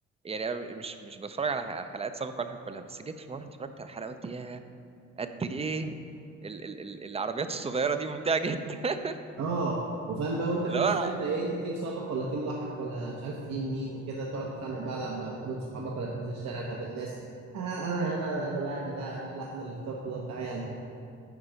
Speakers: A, on the right; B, on the right.
A: يعني انا مش مش بتفرج على على الحلقات سابق ولا حاجة كلها بس جيت في مرة اتفرجت على الحلقة قلت يا قد ايه ال ال ال العربيات الصغيرة دي ممتعة جدا <laughs>
B: اه وفاهم بقى وانت كل
A: لا
B: شويه انت ايه انت تيم سابق ولا تيم لاحق ولا مش عارف تيم مين وكده تقعد تتخانق بقى لما تقابل صحابك ولا تنزل الشارع تقابل ناس آه انا انا انا ده انا ده انا لا انا اللي اخترته ده بتاعي انا